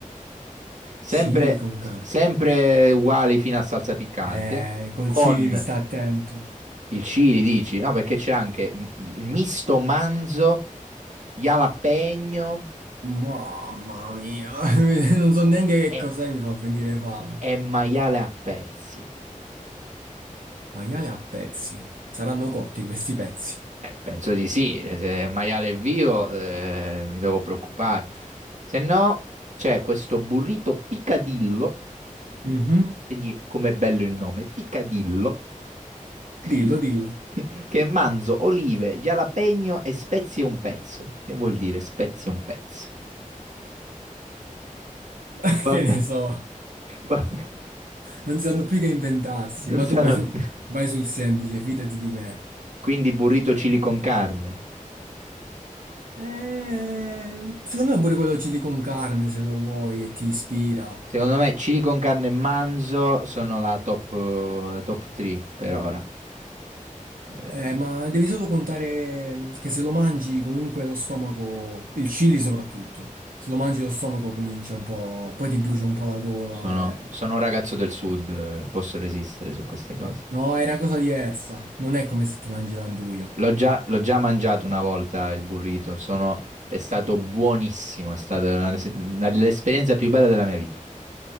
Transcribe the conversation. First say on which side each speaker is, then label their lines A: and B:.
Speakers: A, on the right; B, on the right.
A: Sempre,
B: chili con carne.
A: sempre uguali fino a salsa piccante.
B: Eh, col
A: Con
B: civi sta attento.
A: il chili, dici? No, perché c'è anche mm, il misto manzo, jalapeno
B: Mamma mia, <laughs> non so neanche che
A: e,
B: cos'è, mi fa venire fame.
A: e maiale a pezzi.
B: Maiale a pezzi. Saranno cotti questi pezzi.
A: Eh, penso di sì, eh, se il maiale è vivo, eh, mi devo preoccupare. Se no, c'è questo burrito picadillo
B: Mhm.
A: Quindi, com'è bello il nome, Picadillo, <laughs> che
B: Dillo, dillo.
A: è manzo, olive, jalapeno e spezie un pezzo. Che vuol dire spezie un pezzo?
B: <laughs>
A: <laughs> Vabbè,
B: Che ne so.
A: vabbè,
B: Non sanno più che inventarsi,
A: non
B: ma
A: sarà.
B: tu vai, su- vai sul semplice, fidati di me.
A: Quindi burrito chili con carne.
B: Eh, secondo me pure quello chili con carne, se lo vuoi e ti ispira.
A: Secondo me chili con carne e manzo sono la top, la top 3 per ora. Eh,
B: Eh, ma devi solo contare mm, che se lo mangi comunque lo stomaco, il chili soprattutto, se lo mangi lo stomaco comincia un po', poi ti brucia un po' la gola.
A: sono,
B: eh.
A: sono un ragazzo del sud, eh, posso resistere su queste cose.
B: No, è una cosa diversa, non è come se ti mangi l'anduja.
A: L'ho già, l'ho già mangiato una volta il burrito, sono- è stato buonissimo, è stata una- una- l'esperienza più bella della mia vita.